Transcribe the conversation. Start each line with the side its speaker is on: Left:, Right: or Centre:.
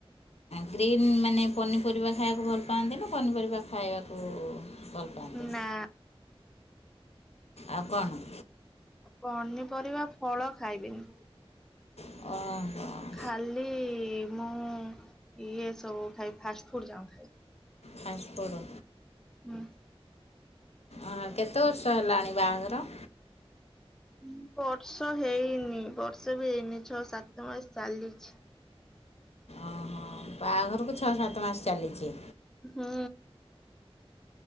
Left: ଗ୍ରୀନ୍ ମାନେ ପନିପରିବା ଖାଇବାକୁ ଭଲ ପାଆନ୍ତି ନା ପନିପରିବା ଖାଇବାକୁ ଭଲ ପାଆନ୍ତି
Centre: ନା।
Left: ଆଉ କଣ?
Centre: ପନିପରିବା ଫଳ ଖାଇବେନି।
Left: ଅହ।
Centre: ଖାଲି ମୁଁ ଇଏ ସବୁ ଖାଇ ଫାଷ୍ଟ ଫୁଡ ଯାଁକ ଖାଇଲି।
Left: Fast food?
Centre: ହୁଁ।
Left: ଆ କେତେ ବର୍ଷ ହେଲାଣି ବାହାଘର?
Centre: ଉଁ ବର୍ଷ ହେଇନି ବର୍ଷେ ବି ହେଇନି ଛଅ ସାତ ମାସ ଚାଲିଛି।
Left: ଆ ହା ବାହାଘରକୁ ଛଅ ସାତ ମାସ ଚାଲିଚି।
Centre: ହୁଁ।